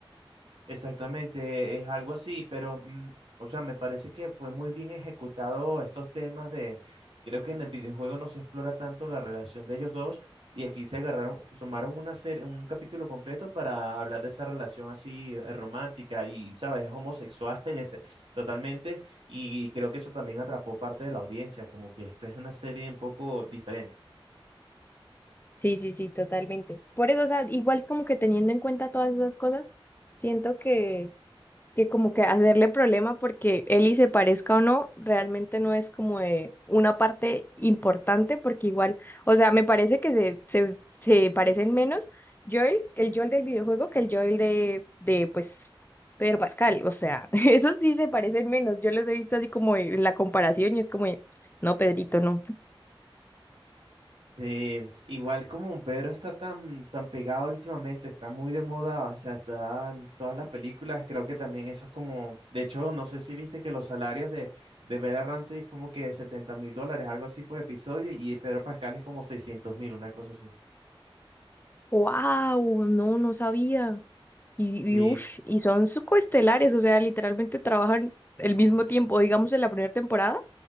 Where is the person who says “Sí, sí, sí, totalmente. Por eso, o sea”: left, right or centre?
Left